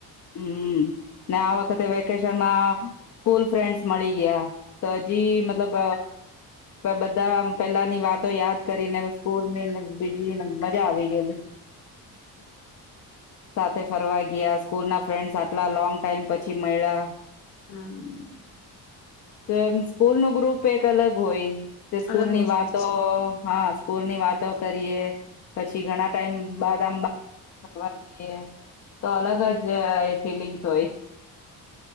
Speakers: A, on the left; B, on the left.
A: હમ ને આ વખતે વેકેશનમાં સ્કૂલ ફ્રેન્ડસ મળી ગયા તો હજી મતલબ બધા પેલાની વાતો યાદ કરીને સ્કૂલની બીજી મજા આવી ગયેલી સાથે ફરવા ગયા સ્કૂલ ના ફ્રેન્ડસ આટલા લોંગ ટાઈમ પછી મળ્યા
B: હમ્મ.
A: તો એમ સ્કૂલ ન ગ્રુપ એક અલગ હોય કે સ્કૂલની
B: અલગ હોજો જ
A: વાતો
B: હોય છે.
A: હા સ્કૂલની વાતો કરીએ પછી ઘણા ટાઈમ ં બાાદંબા ખાવા જઈએ તો અલગ જ એ ફિલિંગ તો હોય